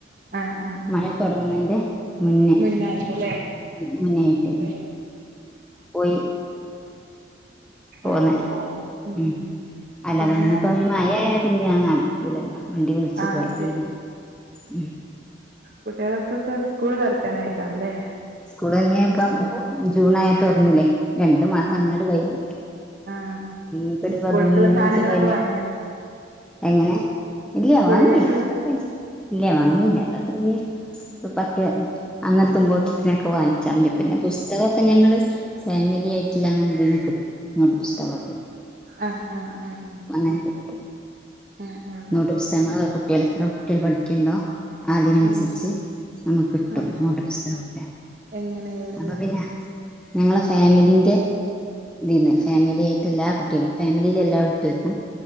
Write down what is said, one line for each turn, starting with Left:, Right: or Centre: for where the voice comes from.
Right: ആഹ് ആഹ്
Centre: മഴ തുടങ്ങുന്നന്റെ മുന്നേ
Right: മുന്നായിട്ട്ല്ലേ
Centre: മുന്നായിട്ട്
Right: ഓക്കെ
Centre: പോയി പോന്ന
Right: ഓക്കെ ഉം
Centre: ഉ
Right: ഉം
Centre: അല്ലത
Right: പിന്നെ
Centre: ഇനിപ്പോ മഴായ പിന്ന ഞാൻ കൂലല്ല വണ്ടി വിളിച്ചു
Right: ആഹ്
Centre: പോയി തീന് ഉ
Right: കുട്ടികളൾക്കൊക്കെ സ്കൂൾ തറക്കാനായിുണ്ടാവുംല്ലേ
Centre: സ്കൂള് ഇപ്പം ജൂൺ ആയൽ തുറന്നല്ലേ രണ്ടു മാസം
Right: ആഹ്
Centre: അങ്ങനെട്ട്
Right: ആഹ്
Centre: കയ്ഞ്
Right: ആഹ്
Centre: ഇപ്പൊ ഒരു
Right: സ്കൂൾക്കുള്ള
Centre: പതിനഞ്ച്
Right: സാധനങ്ങളൊക്കെ
Centre: പ
Right: വാങ്ങിയോ
Centre: എങ്ങനെ ഇല്ല
Right: സ്കൂളിലേക്കുള്ള
Centre: വാങ്ങില്ല അതൊക്കെ ഇല്ല വാങ്ങില്ല അതൊക്കെ ഇല്ല പറ്റ അങ്ങന തുമ്പോ അൊക്കെ വാങ്ങിച്ചാൽ മ പിന്നെ പുസ്തകമൊക്കെ ഞങ്ങള് ഫാമിലി ആയിട്ടില്ലങ്ങെ കിട്ട നോട്ട് പുസ്തകൊക്കെ
Right: ആഹ് ആഹ് ആഹ്
Centre: അങ്ങനെ കട്ട
Right: ആഹ് ആഹ്
Centre: നൂട്ട പുസ്തകങ്ങൾ കുട്ടികൾ എത്ര കുട്ടിയാ ണ്ടോ അതിനനുസരിച്ച്
Right: ആഹ്
Centre: നമുക്ക് കിട്ടും
Right: ആഹ്
Centre: നട്ട പുുസ്തകൊക്കെ
Right: എങ്ങനെ എവിടുന്ന്
Centre: അപ്പൊ പിന്നെ ഞങ്ങളെ ഫാമിലിന്റെ ഇതിന്ന് ഫാമിലി ആായിട്ട് എല്ലാ കുട്ടികൾക്കും ഫാമിലിയിലെ എല്ലാ കുട്ടികക്കും